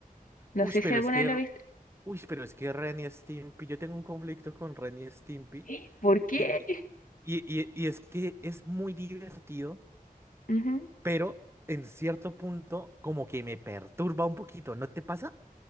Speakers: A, on the left; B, on the right.
A: No
B: Uy,
A: sé si
B: pero
A: alguna
B: es que,
A: vez lo viste.
B: uy, pero es que Ren y Stimpy, yo tengo un conflicto con Ren y Stimpy
A: <gasps> ¿Por qué?
B: Y, y, y- y es que es muy divertido,
A: Ujú.
B: pero en cierto punto como que me perturba un poquito, ¿no te pasa?